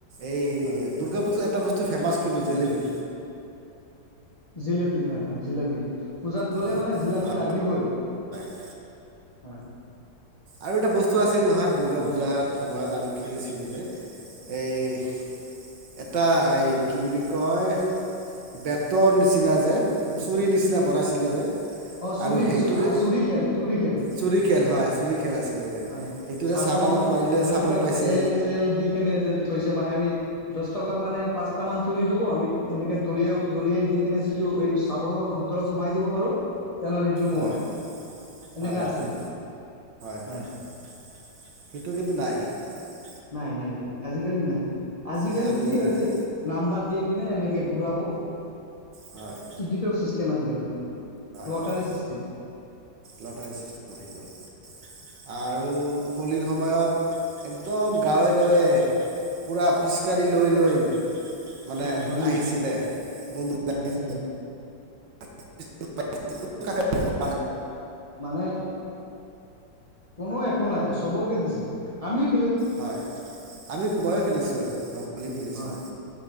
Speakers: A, on the right; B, on the left.
A: এই
B: হয়
A: দুূৰ্গা পুজা এটা বস্তু- ফেমাছ কিন্তু জেলেপি।
B: জিলেপি হা হা জিলেপি পূজাত গ'লে
A: হেল্ল'
B: মানে জিলাপী
A: হয়
B: লাগিবই।
A: হয়
B: হয়
A: আৰু এটা বস্তু আছিল নহয় দুূৰ্গা
B: উম,
A: পূজাৰ সময়ত আমি। খেলিছিলোঁ যে এই। এটা এই কি বুলি কয় বেতৰ নিচিনা। যে
B: এইটো।
A: চুৰি নিচিনা বনাইছিলে যে।
B: অ চুৰি
A: আৰু সেইটোৰে
B: চ চুৰি খেল চুৰি খেল।
A: চুৰি খেল হয় চুৰি খেল আছিলে যে
B: হয়
A: সেইটোৰে
B: চাবোন
A: চাবানত মাৰিলে
B: আৰু
A: চাবোন
B: কিবা
A: পাইছে
B: তেল চেল দি কেনে যে থয়ছে মানে আমি। দহ টকাৰ মানে পাঁচটা মান চুৰি দিব। আমি এনেকে দলিয়াই দলিয়াই দি কিনে যিটো এই চাবোনৰ ভিতৰত সোমাই দিব পাৰো, তেনেহ'লে সেইটো মোৰ
A: হয়
B: এনেকা
A: হয়
B: আছিল।
A: হয় <unintelligible>
B: হয় নাই। নাই। আজিকালি নাই আজিকালি
A: এ,
B: কি হয়
A: নাই
B: যে নাম্বাৰ দিয়ে। কিনে এনেকে ঘূৰাব
A: হয়
B: টিকিটৰ চিষ্টেম আহি গ'ল এতিয়া।
A: হয়,
B: লটাৰী
A: হয়
B: চিষ্টেম
A: লটাৰীম আহি গ'ল আৰু হোলীৰ সময়ত একদম গাঁৱে গাঁৱে। পুৰা পিচকাৰি লৈ লৈ মানে
B: হয় হলী
A: আহিছিলে বন্ধুবিলাকে।
B: আহিছিলে
A: <unintelligible>
B: মানে কোনো একো নাই চবকে দিছে। আমি-
A: হয় আমি ময়ো খেলিছিলোঁ, হোলী খেলিছিলোঁ।
B: হয়